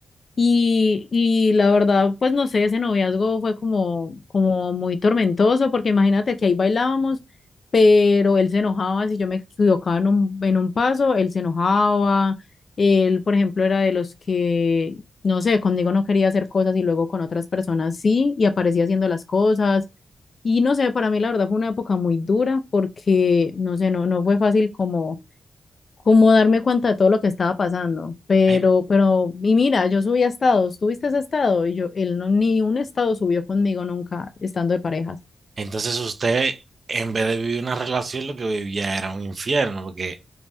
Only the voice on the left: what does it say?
Y, y la verdad, pues no sé, ese noviazgo fue como, como muy tormentoso, porque imagínate que ahí bailábamos, pero él se enojaba si yo me equivocaba en un, en un paso, él se enojaba, él, por ejemplo, era de los que, no sé, conmigo no quería hacer cosas y luego con otras personas sí, y aparecía haciendo las cosas. Y no sé, para mí la verdad fue una época muy dura, porque, no sé, no, no fue fácil como como darme cuenta de todo lo que estaba pasando. Pero,
pero, y mira, yo subí a estados, ¿tuviste ese estado? Y yo, él no, ni un estado subió conmigo nunca, estando de parejas.